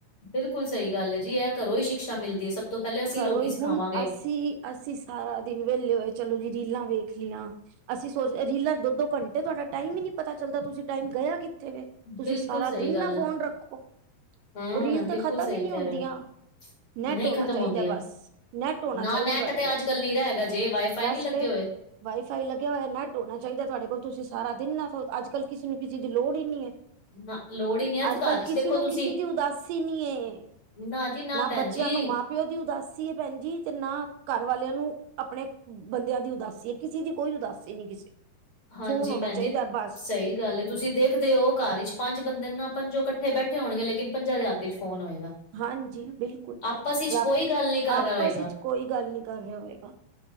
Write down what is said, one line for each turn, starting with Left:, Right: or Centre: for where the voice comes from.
Left: ਬਿਲਕੁਲ ਸਹੀ ਗੱਲ ਹੈ ਜੀ ਇਹ ਘਰੋਂ ਹੀ ਸ਼ਿਕਸ਼ਾ ਮਿਲਦੀ ਹੈ ਸਭ। ਤੋਂ ਪਹਿਲੇ ਅਸੀਂ
Right: ਕਰੋ
Left: ਲੋਕ
Right: ਹੀ
Left: ਸਿਖਾਵਾਂਗੇ।
Right: ਹੁਣ ਅਸੀਂ ਅਸੀਂ ਸਾਰਾ ਦਿਨ ਵਿਹਲੇ ਹੋਏ ਚਲੋ ਜੀ ਰੀਲਾਂ ਵੇਖ ਲਈਆਂ। ਅਸੀਂ ਸੋਚ ਰੀਲਾਂ ਦੋ- ਦੋ ਘੰਟੇ ਤੁਹਾਡਾ ਟਾਈਮ ਹੀ ਨੀ ਪਤਾ ਚੱਲਦਾ ਤੁਸੀਂ ਟਾਈਮ ਗਿਆ ਕਿ ਐਥੇ ਤੁਸੀਂ
Left: ਬਿਲਕੁਲ
Right: ਸਾਰਾ
Left: ਸਹੀ
Right: ਦਿਨ
Left: ਗੱਲ
Right: ਨਾ
Left: ਹੈ,
Right: ਫੋਨ ਰੱਖੋ।
Left: ਹਾਂ
Right: ਉਹ ਰੀਲ
Left: ਬਿਲਕੁਲ
Right: ਤਾਂ ਖਤਮ
Left: ਸਹੀ
Right: ਹੀ ਨਹੀਂ
Left: ਕਹਿ
Right: ਹੁੰਦੀਆਂ।
Left: ਰਹੇ ਹੋ,
Right: ਨੈਟ
Left: ਨਹੀਂ
Right: ਹੋਨਾਂ
Left: ਖ਼ਤਮ
Right: ਚਾਹੀਦਾ
Left: ਹੁੰਦੀਆਂ।
Right: ਬਸ, ਨੈਟ ਹੋਣਾ
Left: ਨਾ
Right: ਚਾਹੀਦਾ
Left: ਨੈਟ
Right: ਤੁਹਾਡੇ
Left: ਤੇ
Right: ਕੋਲ।
Left: ਅੱਜ-ਕੱਲ ਨੀ ਰਾ ਹੈਗਾ ਜੇ, ਵਾਈਫਾਈ
Right: ਬਸ
Left: ਨੀ ਲੱਗੇ
Right: ਫੇਰ
Left: ਹੋਏ।
Right: ਵਾਈਫਾਈ ਲੱਗਿਆ ਹੋਇਆ ਨੈੱਟ ਹੋਣਾ ਚਾਹੀਦਾ ਤੁਹਾਡੇ ਕੋਲ ਤੁਸੀਂ ਸਾਰਾ ਦਿਨ ਨਾ ਅੱਜ ਕੱਲ੍ਹ ਕਿਸੇ ਨੂੰ ਕਿਸੇ ਦੀ ਲੋੜ ਹੀ ਨੀ ਹੈ।
Left: ਨਾ ਲੋੜ ਹੀ ਨੀ ਹੈ, ਤੇ
Right: ਅੱਜ
Left: ਘਰ
Right: ਕੱਲ੍ਹ
Left: ਵਿੱਚ
Right: ਕਿਸੇ
Left: ਦੇਖੋ
Right: ਨੂੰ
Left: ਤੁਸੀਂ
Right: ਕਿਸੇ ਦੀ ਉਦਾਸੀ ਨਹੀਂ।
Left: ਨਾ ਜੀ ਨਾ ਭੈਣ
Right: ਬੱਚਿਆਂ
Left: ਜੀ।
Right: ਨੂੰ ਮਾਂ ਪਿਓ ਦੀ ਉਦਾਸੀ ਹੈ ਭੈਣ ਜੀ ਨਾ ਘਰ ਵਾਲਿਆਂ ਨੂੰ ਆਪਣੇ ਬੰਦਿਆਂ ਦੀ ਉਦਾਸੀ ਹੈ ਕਿਸੇ ਦੀ ਕੋਈ ਉਦਾਸੀ ਨਹੀਂ ਕਿਸੇ ਨੂੰ,
Left: ਹਾਂਜੀ
Right: ਫੋਨ ਹੋਣਾ
Left: ਭੈਣ
Right: ਚਾਹੀਦਾ
Left: ਜੀ।
Right: ਬਸ।
Left: ਸਹੀ ਗੱਲ ਹੈ, ਤੁਸੀਂ ਦੇਖਦੇ ਹੋ ਘਰ ਚ' ਪੰਜ ਬੰਦੇ ਨਾ ਪੰਜੋਂ ਇਕੱਠੇ ਬੈਠੇ ਹੋਣਗੇ ਲੇਕਿਨ ਪੰਜਾਂ ਦੇ ਰਾਤੀ ਚ' ਫੋਨ ਹੋਏਗਾ।
Right: ਹਾਂਜੀ ਬਿਲਕੁਲ,
Left: ਆਪਸ ਵਿੱਚ
Right: ਰ
Left: ਕੋਈ ਗੱਲ ਨੀ ਕਰ
Right: ਆਪਸ
Left: ਰਿਹਾ ਹੋਏਗਾ,
Right: ਵਿੱਚ ਕੋਈ ਗੱਲ ਨੀ ਕਰ ਰਿਹਾ ਹੋਏਗਾ।